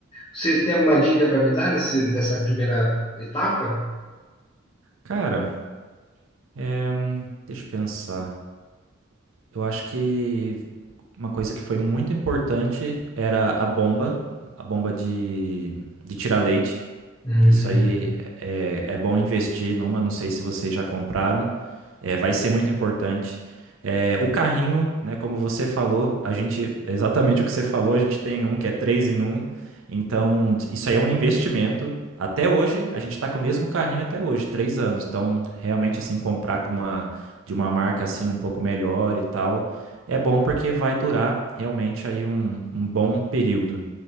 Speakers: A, on the left; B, on the right.
A: Você tem alguma dica para me dar nesse, nessa primeira etapa?
B: Cara, é, deixa eu pensar. Eu acho que uma coisa que foi muito importante era a bomba, a bomba de, de tirar leite.
A: Hum,
B: Isso aí é, é bom investir numa, não sei se vocês já compraram. É, vai ser muito importante. É, o carrinho, né, como você falou, a gente, é exatamente o que você falou, a gente tem um que é três em um. Então, t- isso aí é um investimento. Até hoje, a gente está com o mesmo carrinho até hoje, três anos. Então, realmente, assim, comprar com uma, de uma marca, assim, um pouco melhor e tal, é bom porque vai durar realmente aí um, um bom período.